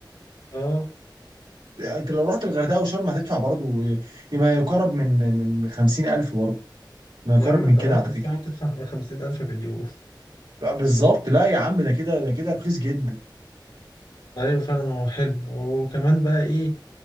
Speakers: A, on the left (about 80°); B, on the right (about 85°).
A: اه
B: انت لو رحت الغردقه وشرم هتدفع برضه ما يقارب من من 50000 برضه ما يقارب
A: يا عم
B: من
A: انت
B: كده
A: لو رحت
B: على
A: الساعه
B: فكره
A: تدفع <laughs> 50000 في اليوم
B: لا بالظبط لا يا عم ده كده ده كده رخيص جدا
A: ايوه فعلا هو حلو وكمان بقى ايه